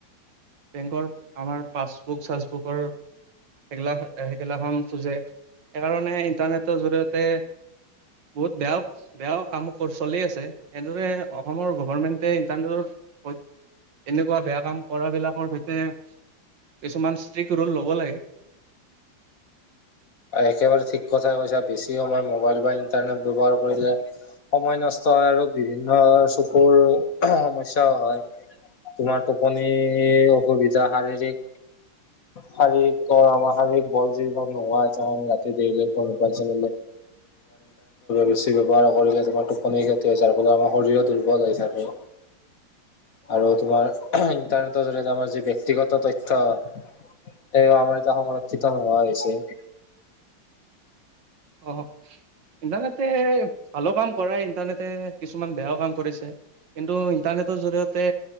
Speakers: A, on the right; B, on the left.
A: বেংকৰ আমাৰ পাছবুক চাচবুকৰ সেইগিলা সেইগিলাখন খোজে সেইকাৰণে ইন্টাৰনেটৰ জৰিয়তে বহুত বেয়াও বেয়াও কামো চলি আছে এনেদৰে অসমৰ গভৰ্মেণ্টে ইণ্টাৰনেটৰ এনেকুৱা বেয়া কাম কৰা বিলাকৰ সৈতে কিছুমান ষ্ট্ৰিকট ৰুল ল'ব লাগে
B: একেবাৰে ঠিক কথা কৈছ বেছি সময় মোবাইল বা ইণ্টাৰনেট ব্যৱহাৰ কৰিলে সময় নষ্ট হয় আৰু বিভিন্ন চকুৰ সমস্াও হয় তোমাৰ টোপনি অসুবিধা শাৰীৰিক শাৰীৰিক আমাৰ শাৰীৰিক বল জীত নোহোৱা ৰাতি তমাৰ ইণ্টাৰনেটৰ বেছি ব্যৱহাৰ কৰিলে তোমাৰ টোপ যাৰ ফলত আমাৰ শৰীৰৰ দুৰ্বল হৈ হৈছে
A: <unintelligible>
B: আৰু তোমাৰ ইণ্টাৰনেটৰ জ আমাৰ য ব্যক্তিগত তথ্য এ আমাৰ এতিয়া সংৰক্ষিত নোহোৱা হৈছে। <inaudible>
A: অ ইণ্টাৰনেটে ভালো কাম কৰে ইণ্টাৰনেটে কিছুমান বেয়াও কাম কৰিছে। কিন্তু ইণ্টাৰনেটৰ জৰিয়তে